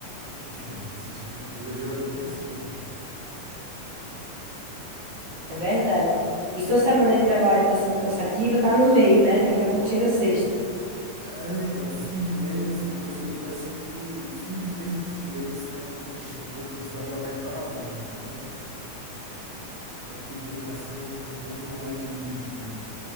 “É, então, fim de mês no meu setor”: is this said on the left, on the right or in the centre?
Right